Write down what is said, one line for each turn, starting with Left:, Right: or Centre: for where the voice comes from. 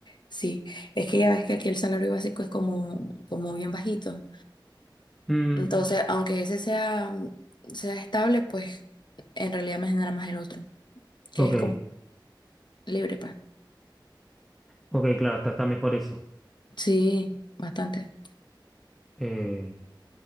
Left: sí, es que ya ves que aquí el salario básico es como, como bien bajito.
Centre: Mm,
Left: Entonces, aunque ese sea, sea estable, pues en realidad me genera más el otro, que
Centre: ok,
Left: es como libre, pues.
Centre: ok, claro, está, está mejor eso.
Left: Sí, bastante.
Centre: Eh,